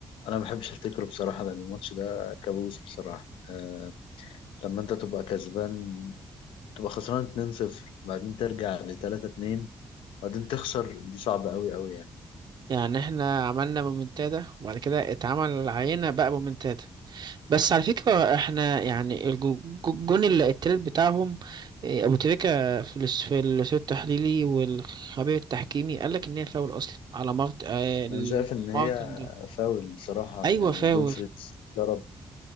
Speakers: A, on the left (about 85°); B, on the right (about 55°).
A: انا ما بحبش افتكره بصراحه لان الماتش ده كابوس بصراحه آه... لما انت تبقى كسبان تبقى خسران 2-0 وبعدين ترجع ل 3-2 وبعدين تخسر دي صعبه قوي قوي يعني
B: يعني احنا عملنا مومنتادا وبعد كده اتعمل علينا بقى مومنتادا بس على فكرة احنا يعني الجو- جو- الجون اللي- التالت بتاعهم إيه، ابو تريكة في الاس- في الاستوديو التحليلي والخبير التحكيمي قال لك ان هي فاول اصلا على مارت آه، ال-
A: انا شايف ان هي
B: مارتن ده
A: فاول بصراحه
B: ايوه
A: يعني
B: فاول
A: دومفريتس ضرب